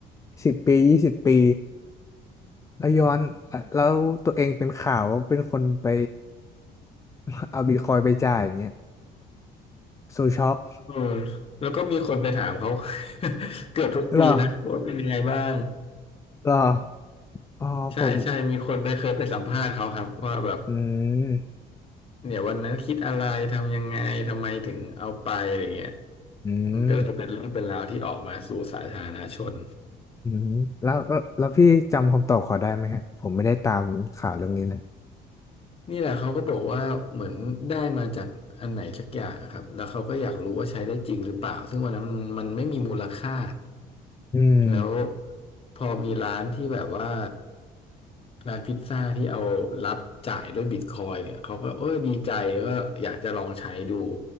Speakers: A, on the left; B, on the left.
A: สิบปียี่สิบปีแล้วย้อนอ่ะแล้วตัวเองเป็นข่าวว่าเป็นคนไป <laughs> เอาบิตคอยน์ไปจ่ายอย่างเงี้ย <laughs> โซช็อก
B: อืมแล้วก็มีคนไปถามเขา <laughs> เกือบทุกปีนะว่าเป็นยังไงบ้าง
A: หรอหรออ๋อผม
B: ใช่ใช่มีคนไปเคยไปสัมภาษณ์เขาครับว่าแบบ
A: อืม
B: เนี่ยวันนั้นคิดอะไรทำยังไงทำไมถึงเอาไปอะไรเงี้ย
A: อืม
B: มันก็เลยเป็นเรื่องเป็นราวที่ออกมาสู่สาธารณชน
A: อืมแล้วแล้วแล้วพี่จำคำตอบเขอได้ไหมฮะผมไม่ได้ตามข่าวเรื่องนี้เลย
B: นี่แหละเขาก็บอกว่าเหมือนได้มาจากอันไหนสักอย่างอะครับแล้วเขาก็อยากรู้ว่าใช้ได้จริงหรือเปล่าซึ่งวันนั้นมันมันไม่มีมูลค่า
A: อืม
B: แล้วพอมีร้านที่แบบว่าร้านพิซซ่าที่เอารับจ่ายด้วยบิตคอยน์เนี่ยเขาก็เออดีใจแล้วก็อยากจะลองใช้ดู